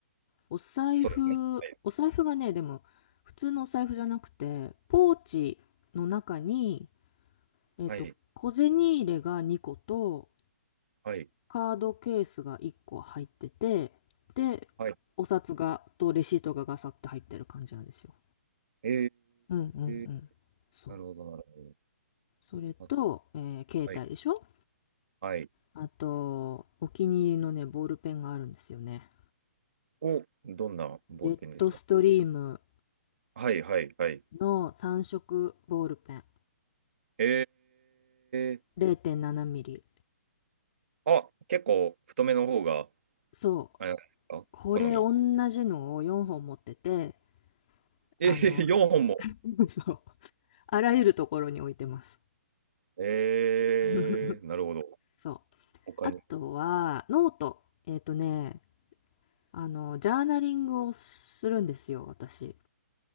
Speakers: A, on the left; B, on the right.
A: お財布、
B: そうですね。はい、
A: お財布がね、でも普通のお財布じゃなくて、ポーチの中に、えっと、
B: はい、
A: 小銭入れが2個と、
B: はい。
A: カードケースが1個入ってて、で、
B: はい
A: お札が、とレシートがガサって入ってる感じなんですよ。
B: え
A: うんうんうん。
B: ー、
A: そう。
B: なるほど、なる
A: それと、
B: ほど。
A: えー携帯でしょ
B: あはい、はい。
A: あと、お気に入りのね、ボールペンがあるんですよね。
B: お、どんなボールペンですか
A: ジェットストリーム
B: はい、はい、はい。
A: の3色ボールペン。
B: えー、
A: 0.7ミリ。
B: あ、結構太めの方が、
A: そう。
B: あれなんですか好み。
A: これ同じのを4本持ってて、
B: えー、
A: あの、
B: 4本も。
A: <laughs> そう。あらゆるところに置いてます。
B: えー、
A: <laughs>
B: なるほど。
A: そう。
B: 他に。
A: あとは、ノート。えっとね、あの、ジャーナリングをするんですよ、私。